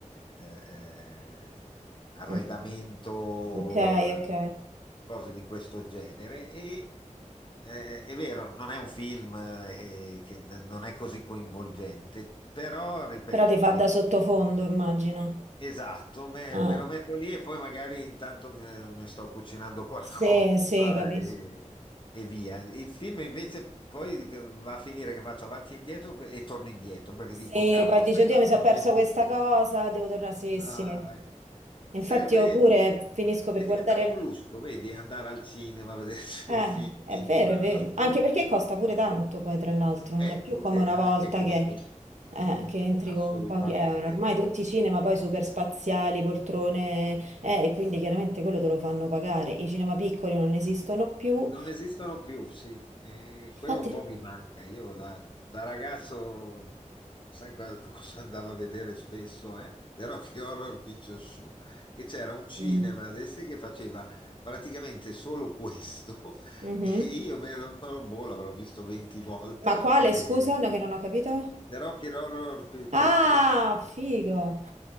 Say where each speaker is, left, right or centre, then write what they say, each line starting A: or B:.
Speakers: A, on the left (about 40°); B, on the right (about 65°).
A: eh, eh, arredamento,
B: Mm. Ok, ok.
A: eh, cose di questo genere. E eh, è vero, non è un film eh, che non è così coinvolgente, però ripeto,
B: Però ti fa
A: di-
B: da sottofondo, immagino.
A: Esatto, me,
B: Ah.
A: me lo metto lì e poi magari intanto me- mi sto cucinando <laughs> qualcosa
B: Sì, sì, capisco.
A: e, e via. Il film invece poi va a finire che faccio avanti e indietro e torno indietro perché
B: Sì,
A: dico, cavolo,
B: poi dici,
A: aspetta,
B: oddio, mi
A: non
B: sono
A: ho
B: perso
A: sentito.
B: questa cosa, devo tornare. Sì,
A: Ah,
B: sì. Infatti
A: serve,
B: io pure finisco per
A: è
B: guardare.
A: diventato un lusso, vedi, andare al cinema a vedersi
B: Eh,
A: un film.
B: è vero,
A: Non-
B: è vero. Anche
A: non-
B: perché costa pure tanto, poi, tra l'altro. Non
A: Ecco,
B: è più come
A: eh,
B: una
A: anche
B: volta
A: quello,
B: che, eh, che entri
A: assolutamente.
B: con pochi euro. Ormai tutti i cinema poi super spaziali, poltrone, eh, e quindi chiaramente quello te lo fanno pagare. I cinema piccoli non esistono più.
A: Non esistono più, sì, e quello
B: Infatti...
A: un po' mi manca. Io da, da ragazzo, sai qua- <laughs> cosa andavo a vedere spesso, eh? The Rocky Horror Picture Show, che c'era un cinema
B: Mm.
A: adesso che faceva praticamente solo questo
B: Mhm.
A: <laughs> e io me lo so, boh, l'avrò visto 20 volte.
B: Ma quale,
A: E...
B: scusa, no, che non ho capito?
A: The Rocky Horror Picture
B: Ah,
A: Show.
B: figo.